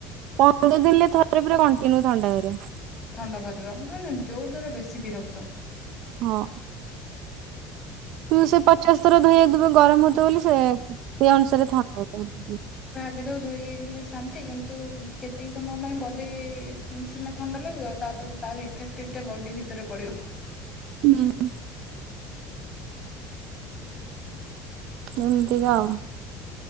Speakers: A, on the right; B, on the left.
A: ପନ୍ଦର ଦିନ ଲେ ଥରେ ପୁରା କଣ୍ଟିନିଉ ଥଣ୍ଡା ଧରିବ।
B: ଥଣ୍ଡା ଧରିବ ମାନେ ଯୋଉଥିରେ ବେଶୀ ବିରକ୍ତ।
A: ହଁ। ତୁ ସେ ପଚାଶ ଥର ଧୋଇ ହଉଥିବେ ଗରମ ହଉଥିବ ବୋଲି ସେ ସେ ଅନୁସାରେ ଥଣ୍ଡା <unintelligible>
B: ଏବେ ଦଉ ଧୋଇ ହେଇଗଲେ ଶାନ୍ତି କିନ୍ତୁ ଉଁ କେତିକି ସମୟ ପାଇଁ ବଡ଼ି ଉଁ ସିନା ଥଣ୍ଡା ଲାଗିବ ତାପରେ। ତାର ଇଫେକ୍ଟିଭ ଟା ବଡି ଭିତରେ ପଡିବ।
A: ହୁଁ। ଏମିତିକା ଆଉ।